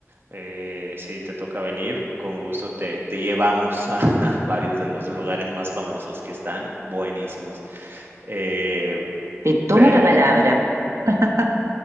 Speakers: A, on the right (about 50°); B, on the right (about 75°).
A: eh, si te toca venir, con gusto te te llevamos a <laughs> varios de los lugares más famosos que están buenísimos. Em,
B: Te tomo
A: pero
B: la palabra.
A: pero
B: <laughs>